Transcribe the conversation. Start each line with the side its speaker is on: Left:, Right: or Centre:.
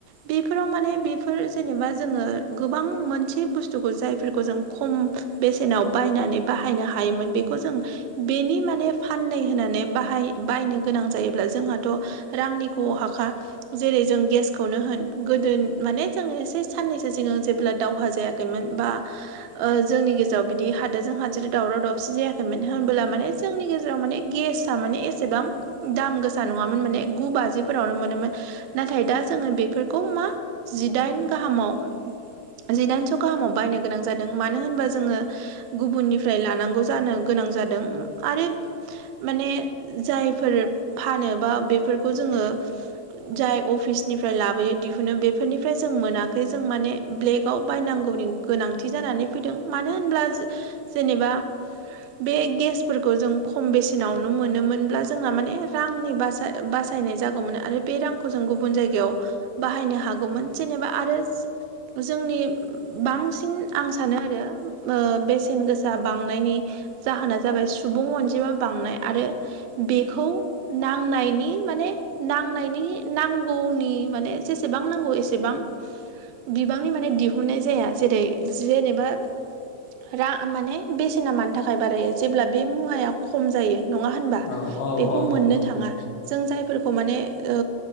Right: बेफोराव माने बेफोर जेनेबा जोङो गोबां मोनसे बुस्थुखो जायफोरखौ जों खम बेसेनाव बायनानै बाहायनो हायोमोन बेखौ जों बेनि माने फाननै होननानै बाहाय बायनो गोनां जायोब्ला जोंहाथ' रांनि खहा खा। जेरै जों गेसखौनो होन गोदो माने जों एसे साननैसो सिगां जेब्ला दावहा जायाखैमोन बा ओ जोंनि गेजेराव बिदि हादोरजों हादोर दावराव दावसि जायाखै मानो होनबोला माने जोंनि गेजेराव माने गेसआ माने एसेबां दाम गोसा नङामोन माने गु बाजिफोरावनो मोनोमोन। नाथाय दा जोङो बेफोरखौ मा जिदाइन गाहामाव जिदाइनस' गाहामाव बायनो गोनां जादों मानो होनबा जोङो गुबुननिफ्राय लानांगौ जानो गोनां जादों। आरो माने जायफोर फानो बा बेफोरखौ जोङो जाय अफिसनिफ्राय लाबोयो दिहुनो बेफोरनिफ्राय जों मोनाखै जों माने ब्लेगाव बायनांगौनि गोनांथि जानानै फैदों मानो होनब्ला जेनेबा बे गेसफोरखौ जों खम बेसेनावनो मोनोमोनब्ला जोंहा माने रांनि बासाय बासायनाय जागौमोन आरो बे रां खौ जों गुबुन जायगायाव बाहायनो हागौमोन जेनेबा आरो जोंनि बांसि न आं सानो आरो ओ बेसेन गोसा बांनायनि जाहोना जाबाय सुबुं अनजिमा बांनाय आरो बेखौ नांनायनि माने नांनायनि नांगौनि माने जेसेबां नांगौ एसेबां बिबांनि माने दिहुननाय जाया जेरै जेनेबा रा माने बेसेना मानि थाखाय बारायो जेब्ला बे मुवाया खम जायो। नङा होनबा
Left: औ औ
Right: बेखौ
Left: औ
Right: मोननो
Left: नंगौ
Right: थाङा। जों जायफोरखौ माने ओ